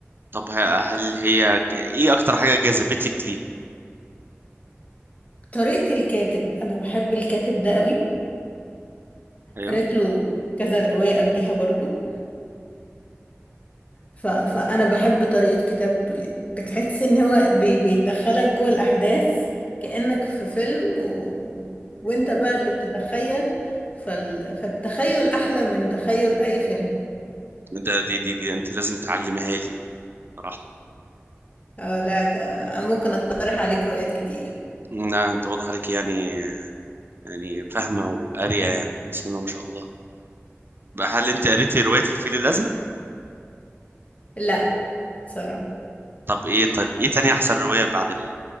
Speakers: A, on the right (about 50°); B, on the left (about 30°).
A: طب ه- هل هي ج- ايه اكتر حاجة جذبتك ليه
B: طريقة الكاتب أنا بحب الكاتب ده أوي
A: ايوه
B: قريت له كذا رواية قبليها برضو ف... فأنا بحب طريقة كتابته يعني بتحس إن هو بي... بيدخلك جوه الأحداث كأنك في فيلم و... و- وإنت بقى اللي بتتخيل فال... فالتخيل أحلى من تخيل أي فيلم
A: ده دي دي دي انت لازم تعلمها لي دي صراحة
B: اه لا ده أنا ممكن أقترح عليك روايات كتير
A: لا انت واضح عليك يعني يعني فاهمة وقارية يعني بسم الله ما شاء الله بقى هل انت قريتي رواية الفيل الازرق
B: لا صراحة
A: طب ايه طيب ايه تاني احسن رواية بعد ال...